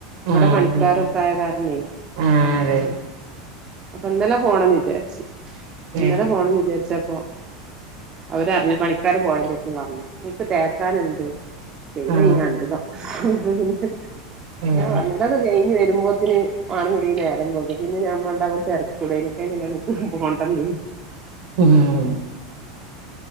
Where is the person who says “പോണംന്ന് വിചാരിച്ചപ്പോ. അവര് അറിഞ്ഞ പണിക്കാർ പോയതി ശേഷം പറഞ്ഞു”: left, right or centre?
Right